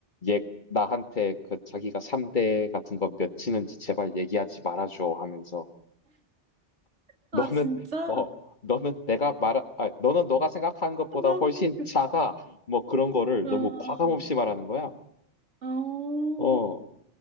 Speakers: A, on the left; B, on the right.
A: 얘 나한테 그 자기가 삼대 같은 거 몇 치는지 제발 얘기하지 말아줘 하면서 <laughs>
B: 아,
A: 너는
B: 진짜?
A: 어 너는 내가 말 아, 너는 너가 생각하는 것보다
B: <laughs> 너무
A: 훨씬
B: 웃겨.
A: 작아 뭐 그런 거를
B: 아,
A: 너무 과감 없이 말하는 거야.
B: 어,
A: 어